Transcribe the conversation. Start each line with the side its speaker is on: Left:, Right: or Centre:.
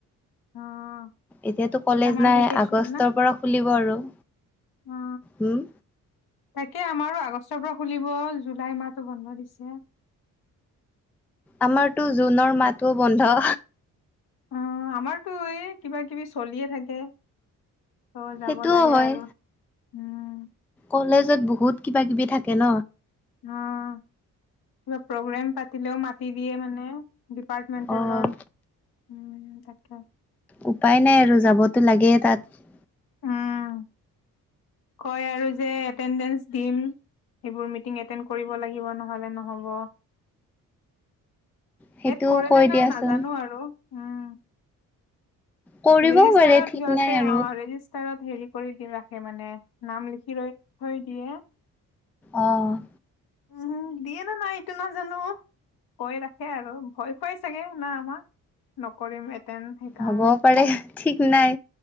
Left: অ'
Centre: এতিয়াতো কলেজ
Left: চামাৰ
Centre: নাই
Left: ভেকেচন
Centre: আগষ্টৰ
Left: না?
Centre: পৰা খুলিব আৰু
Left: অ
Centre: উম,
Left: তাকে আমাৰো আ আগষ্টৰ পৰা খুলিব জুলাই মাহটো বন্ধ দিছে
Centre: আমাৰটো জুনৰ মাত টো বন্ধ
Left: অ আমাৰতো এই কিবা কিবি চলিয়ে থাকে ত'
Centre: সেইটোও
Left: যাব লাগে
Centre: হয়।
Left: আৰু উম,
Centre: কলেজত বহুত কিবা কিবি থাকে ন
Left: অ কিবা প্ৰগ্ৰেম পাতিলেও মাতি দিয়ে মানে ডিপাৰ্টমেণ্টেলৰ
Centre: অ'
Left: উম তাকে
Centre: উপায় নাই আৰু যাবতো লাগে তাত
Left: উম কয় আৰু যে এতেনডেঞ্চ দিম সেইবোৰ মিটিং এতেন কৰিব লাগিব নহলে নহব
Centre: সেইটোও
Left: হেত কৰে
Centre: কৈ
Left: নে
Centre: দিয়াচোন
Left: নাই নাজানো আৰু উম
Centre: কৰিবও
Left: ৰেজিষ্টাৰত
Centre: পাৰে ঠিক
Left: সিহতে
Centre: নাই আৰু
Left: অ ৰেজিষ্টাৰত হেৰি কৰি দি ৰাখে মানে নাম লিখি ৰৈ থৈ দিয়ে
Centre: অঁ
Left: উম দিয়ে ন নাই এইটো নাজানো কৈ ৰাখে আৰু ভয় খুৱাই চাগে না আমাক নকৰিম এড তেন সেইকাৰণে
Centre: হ'বও পাৰে ঠিক নাই